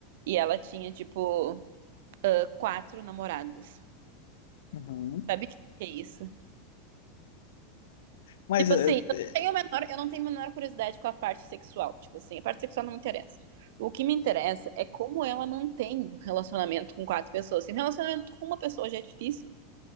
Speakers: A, on the right; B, on the left.
A: E ela tinha, tipo, ah, quatro namorados.
B: uhum.
A: Sabe o que é isso?
B: Mas.
A: Tipo
B: é,
A: assim, eu
B: é,
A: não tenho a menor, eu não tenho a menor curiosidade com a parte sexual. Tipo assim, a parte sexual não me interessa. O que me interessa é como ela mantém um relacionamento com quatro pessoas. Se um relacionamento com uma pessoa já é difícil.